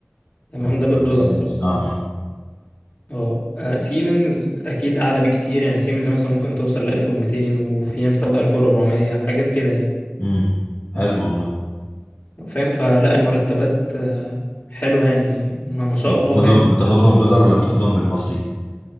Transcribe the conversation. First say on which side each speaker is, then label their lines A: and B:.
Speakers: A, on the left; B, on the left.
A: تمام
B: طب
A: ده بالدولار
B: 50
A: طبعا
B: اه اه
A: اه آه، سيمنز اكيد اعلى بكتير يعني سيمنز مثلا ممكن توصل ل 1200 وفي ناس بتاخد 1400 حاجات كده يعني
B: امم حلو والله
A: فاهم فلا المرتبات آه، حلوة يعني ما ما شاء
B: بتاخدهم
A: الله فاهم
B: بتاخدهم دولار ولا بتاخدهم بالمصري؟